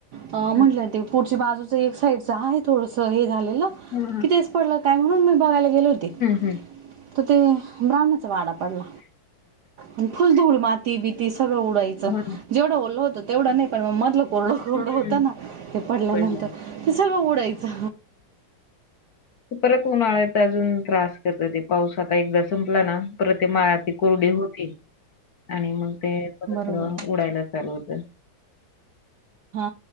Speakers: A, on the right (about 65°); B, on the left (about 50°).
A: अ -म्हंटलं
B: हं.
A: ते पुढच्या बाजूचं एक साईडचं आहे थोडंसं हे झालेलं.
B: हम्म हम्.
A: की तेच पडल काय म्हणून बघायला गेल होते.
B: हं.
A: तर ते ब्राह्मणाचा वाडा पडला. अन् फुलधूळ माती बीती सगळं उडायचं
B: हो ना.
A: जेवढं ओल हो तेवढं नाय पण मग मधलं कोरडं कोरडं
B: हं.
A: होत ना ते पडल्यानंतर
B: पडला नाही.
A: ते सगळं उडायचं.
B: ती परत उन्हाळ्यात अजून त्रास करत ते पाऊस आता एकदा संपला ना परत ते माळ ती कोरडी हो ती आणि मग ते
A: बरोबर
B: उडायला चालू होतं.
A: हा